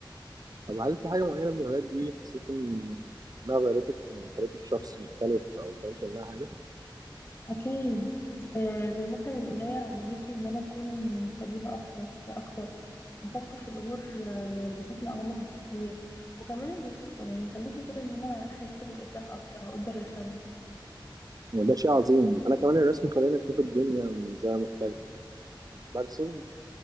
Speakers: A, on the right; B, on the left.
A: طب هل في حاجة معينة من الهوايات دي حسيت إن إنها غيرتك يعني خلتك شخص مختلف أو اتعلمت منها حاجة؟
B: اكيد آه، زي مثلا القراية علمتني ان انا اكون صبورة اكتر اكتر بفكر في الأمور آه، بشكل أعمق بكتير وكمان الموسيقى يعني خلتني كده إن أنا أحس بالإبداع أكتر وأقدر الفن
A: وده شيء عظيم انا كمان الرسم خلاني اشوف الدنيا من زاويه مختلفه برسم